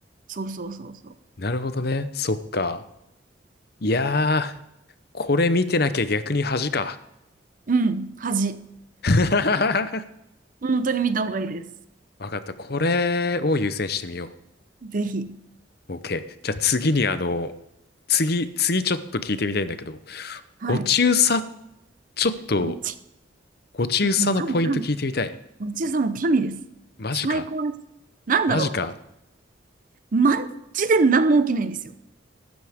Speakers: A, on the right; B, on the left.
A: そうそうそうそ
B: なるほどね。そっか。いやー、これ見てなきゃ逆に恥か。
A: う。うん、恥。
B: <laughs>
A: 本当に見た方がいいです。
B: わかった。これを優先してみよう。
A: ぜひ。
B: OK。じゃあ次にあの、次、次ちょっと聞いてみたいんだけど、
A: はい。
B: ご中佐、ちょっと、
A: ごち、
B: ご中佐のポイント聞いてみたい。
A: いや、もう神、神。ごちそうさんも神です。
B: マジか。
A: 最高です。なんだろ
B: マジか。
A: う。マジで何も起きないんですよ。